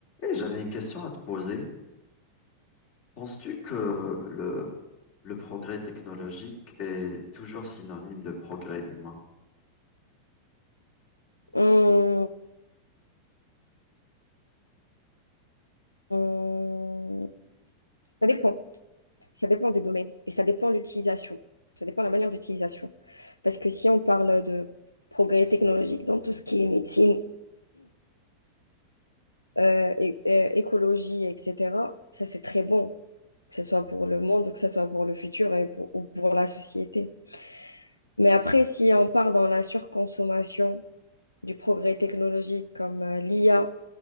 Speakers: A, on the left; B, on the left.
A: Et j'avais une question à te poser. Penses-tu que le, le progrès technologique est toujours synonyme de progrès humain?
B: On- on- Ça dépend. Ça dépend des domaines et ça dépend de l'utilisation. Ça dépend de la manière d'utilisation. Parce que si on parle de progrès technologique dans tout ce qui est médecine, euh, é- euh, écologie, etc., ça c'est très bon, que ce soit pour le monde, que ce soit pour le futur et pour, ou pour la société. Mais après, si on part dans la surconsommation du progrès technologique comme euh, l'IA,